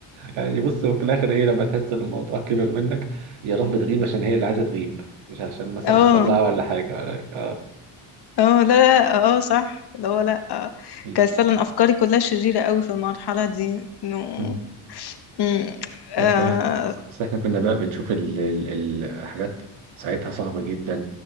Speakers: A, on the right; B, on the left.
A: يعني بص وفي الاخر ايه لما تحس ان الموضوع كبر منك يا رب تغيب عشان هي اللي عايزه تغيب مش عشان مثلا
B: اه
A: حصل لها ولا حاجه ولا اه
B: اه لا لا اه صح اللي هو لا آه،
A: م.
B: كانت فعلا افكاري كلها شريرة قوي في المرحلة دي انه
A: م.
B: مم،
A: بس
B: آه
A: واحد بس احنا كنا بقى بنشوف ال... ال... الحاجات ساعتها صعبه جدا